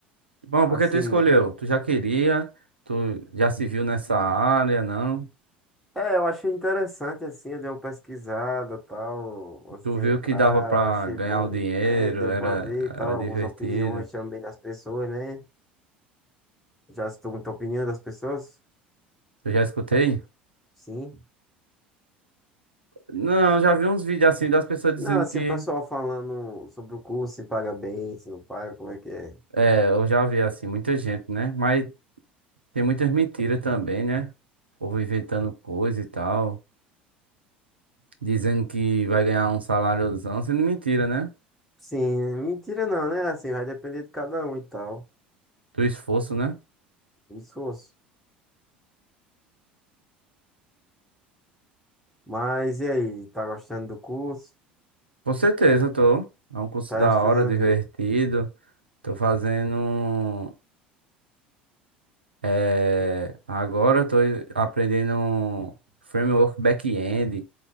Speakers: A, on the right (about 85°); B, in the centre.
A: Bom,
B: assim.
A: porque tu escolheu? Tu já queria, tu já se viu nessa área, não?
B: É, eu achei interessante, assim, eu dei uma pesquisada, tal, antes
A: Tu
B: de
A: viu
B: entrar,
A: que dava pra
B: achei
A: ganhar
B: bom,
A: um dinheiro,
B: é, deu
A: era,
B: pra ver, e tal,
A: era
B: algumas
A: divertido.
B: opiniões também das pessoas, né? Já citou muita opinião das pessoas?
A: Tu já escutei?
B: Sim.
A: Não, já vi uns vídeos assim das pessoas dizendo
B: Não, assim,
A: que,
B: o pessoal falando sobre o curso, se paga bem, se não paga, como é que é?
A: é, eu já vi assim, muita gente, né? Mas tem muitas mentiras também, né? O povo inventando coisa e tal. Dizendo que vai ganhar um saláriozão, sendo mentira, né?
B: Sim, mentira não, né? Assim, vai depender de cada um e tal,
A: Do esforço, né?
B: o esforço. Mas e aí, tá gostando do curso?
A: Com certeza, tô. É um curso
B: Tá
A: da
B: estudando
A: hora, divertido.
B: o quê?
A: Tô fazendo. É... Agora tô aprendendo framework back-end,